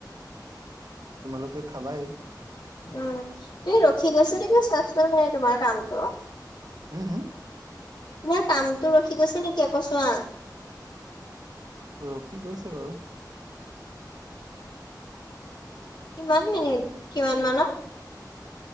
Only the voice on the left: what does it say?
উম, তুমি ৰখি গৈছা
<unintelligible> নাই তোমাৰ কামটো।
তোমাৰ কামটো ৰখি গৈছে নেকি আকৌ চোৱা?
কিমান মিনিট? কিমান মানৰ?